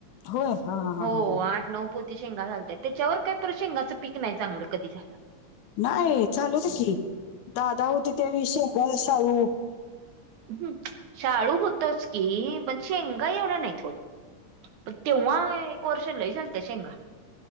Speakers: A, on the left; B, on the right.
A: होय हा हा हा
B: हो
A: हा हा
B: आठ नऊ पो ती शेंगा झालत्या त्याच्यावर काही शेंगाचं पीक नाही चांगलं कधी झालं
A: नाही चालू होतं की दादा होते त्या वेळी शेंगा शाळू
B: हम् शाळू होतोच की पण शेंगा एवढ्या नाहीत होत पण तेव्हा एक वर्ष लई झालत्या शेंगा